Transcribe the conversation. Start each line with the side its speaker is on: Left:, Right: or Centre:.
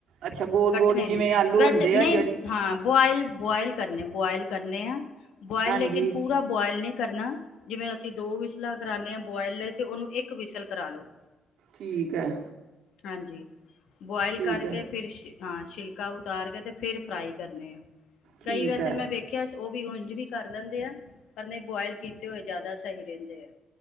Right: ਅੱਛਾ ਗੋਲ
Left: ਕਟਣੇਨੀ
Right: ਗੋਲ ਹੀ ਜਿਵੇਂ ਆਲੂ
Left: ਵੈਸੇ
Right: ਹੁੰਦੇ
Left: ਨਹੀਂ
Right: ਆ ਜਿਹੜੀ
Left: ਹਾਂ ਬੋਯਲ- ਬੋਯਲ ਬੁਆਇਲ ਕਰਨੇ ਆ- ਬੁਆਇਲ
Right: ਹਾਂਜੀ
Left: ਲੇਕਨ ਪੂਰਾ ਬੁਆਇਲ ਨਹੀਂ- ਕਰਨਾ ਜਿਵੇਂ ਅਸੀਂ ਦੋ ਵਿਸਲਾਂ ਕਰਾਉਂਦੇ ਹਾਂ ਬੁਆਇਲ ਲਈ ਤੇ ਉਹਨੂੰ ਇੱਕ ਵਿਸਲ ਕਰਾ ਲੋ।
Right: ਠੀਕ ਹੈ।
Left: ਹਾਂਜੀ ਬੋਆਇਲ
Right: ਠੀਕ
Left: ਕਰਕੇ
Right: ਹੈ
Left: ਫਿਰ ਸ਼ ਹਾਂ ਛਿਲਕਾ ਉਤਾਰ ਕੇ ਤੇ ਫਿਰ ਫਰਾਈ ਕਰਨੇ ਆ
Right: ਠੀਕ
Left: ਗਈ ਵੈਸੇ
Right: ਹੈ
Left: ਮੈਂ ਵੇਖਿਆ ਉਹ ਵੀ ਉੰਝ ਵੀ ਕਰ ਲੈਂਦੇ ਆ ਪਰ ਨਹੀਂ ਬੁਆਇਲ ਕੀਤੇ ਹੋਏ ਜ਼ਿਆਦਾ ਸਹੀ ਰਹਿੰਦੇ ਆ।